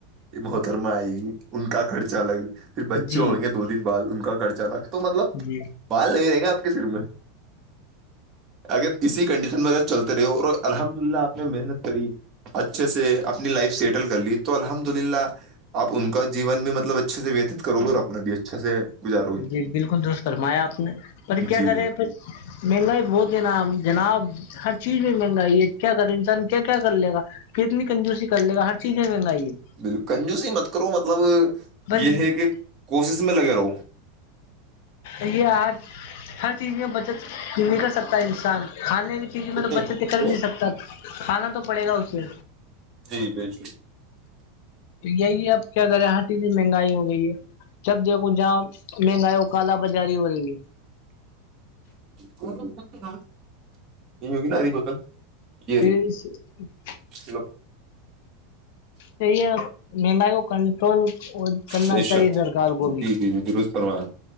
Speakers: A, on the right; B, on the left.
A: یہ محترما آئے گی ان کا خرچہ الگ پھر بچے
B: جی
A: ہوں گے دو دن بعد ان کا خرچہ الگ تو مطلب
B: جی
A: بال نہیں رہیں گے کسی روم میں اگر اسی کنڈیشن میں اگر چلتے رہے اور الحمد للہ آپ نے محنت کری اچھے سے اپنی لائف سیٹل کر لی تو الحمد للہ آپ ان کا جیون بھی مطلب اچھے سے ویتت کرو گے اور اپنا بھی اچھے سے گزارو گے
B: جی بالکل درست فرمایا آپ نے پر
A: جی
B: کیا کرے
A: جی
B: پھر مہنگائی بہت ہے نا جناب ہر چیز میں مہنگائی ہے کیا کرے انسان کیا کیا کر لے گا کتنی کنجورسی کر لے گا ہر چیز میں مہنگائی ہے
A: بال کنجوسی مت کرو مطلب
B: بس
A: یہ ہے کہ کوشش میں لگے رہو
B: یہ آج ہر چیز میں بچت کرنے کا ہے سکتا ہے انسان کھانے چیز
A: کتنی
B: میں تو بچے سے کر ہی
A: دو
B: نہیں سکتا کھانا تو پڑے گا اسے
A: جی بالکل
B: یہی اب کیا کرے ہر چیز مہنگائی ہو گئی ہے جب دیکھو جہاں مہنگائی کالا بازاری ہو رہی ہے
A: <unintelligible> یہی ہوگی
B: ا
A: نا ہری بوتل
B: <unintelligible>
A: یہ رہی چلو
B: چیے مہنگائی کو کنٹرول کرنا
A: بے
B: چاہیے
A: شک
B: سرکار کو
A: جی
B: بھی
A: جی جی درست فرمایا